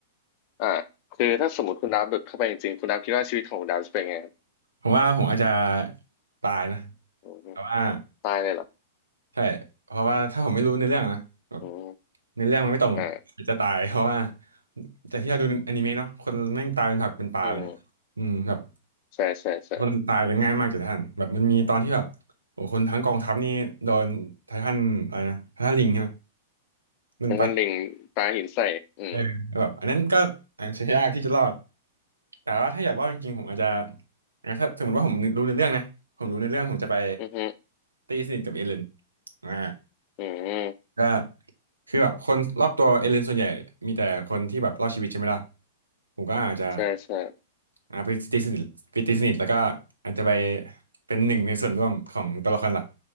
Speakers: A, on the left; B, on the right.
A: อ่าคือถ้าสมมติคุณดาบหลุดเข้าไปจริงๆคุณดาบคิดว่าชีวิตของคุณดาบจะเป็นไงครับ
B: ผมว่าผมอาจจะตายนะ
A: อืม
B: แต่ว่า
A: ตายเลยเหรอ
B: ใช่เพราะว่าถ้าผมไม่รู้ในอเรื่องอะนะแบบ
A: อืม
B: ในอเรื่องมันไม่ตรงอ่ะอาจจะตายเพราะว่า
A: อ่า
B: จากที่เราดูอนิเมะเนาะคนแม่งตายเป็นผักเป็นปลาเลย
A: อืม
B: อืมแบบ
A: ใช่ใช่ใช่
B: คนตายกันง่ายมากเลยท่านแบบมันมีตอนที่แบบโอ้คนทั้งกองทัพนี่โดนไททันอะไรนะไททันลิงใช่ไหมมันไป
A: เป็นท่านลิงปลาหินใส่อืม
B: เออแบบอันนั้นก็อาจจะยากที่จะรอด แต่ว่าถ้าอยากรอดจริงๆผมอาจจะอ่ะถ้าสมมติว่าผมรู้ในเรื่องนะผมรู้ในเรื่องผมจะไป
A: อือฮึ
B: ตีสนิทกับเอเลนอ่า
A: อืม
B: ก็คือแบบคนรอบตัวเอเลนส่วนใหญ่มีแต่คนที่แบบรอดชีวิตใช่ไหมล่ะผมก็อาจจะ
A: ใช่ใช่
B: อ่าไปตีสนิทไปตีสนิทแล้วก็อาจจะไปเป็นหนึ่งในส่วนร่วมของตัวละครหลัก